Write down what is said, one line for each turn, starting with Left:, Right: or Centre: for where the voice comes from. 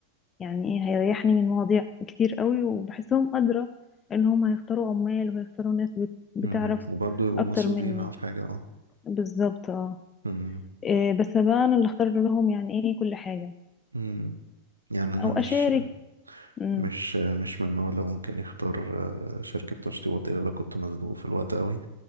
Left: يعني ايه هيريحني من مواضيع كتير قوي وبحسهم أدرى ان هم هيختاروا عمال وهيختاروا ناس بت- بتعرف
Right: أمم. وبرضه يبقوا
Left: اكتر
Right: مسؤولين
Left: مني
Right: على الحاجة
Left: بالظبط اه
Right: مم.
Left: إيه بس بقى انا اللي اختار لهم يعني ايه كل حاجة
Right: مم. يعني انا
Left: او
Right: مش
Left: اشارك امم
Right: مش مش من النوع اللي ممكن يختار آه، شركة تشطيبات الا لو كنت مزنوق في الوقت قوي